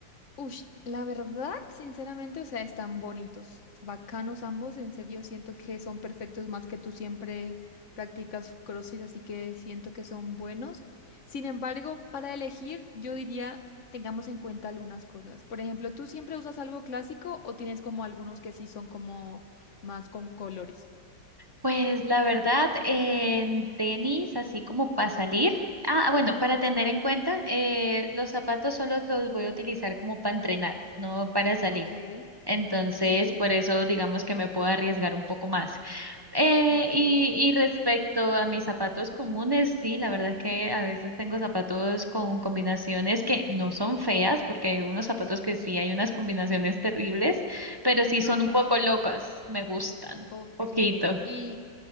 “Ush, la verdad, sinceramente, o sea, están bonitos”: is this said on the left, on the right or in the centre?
Left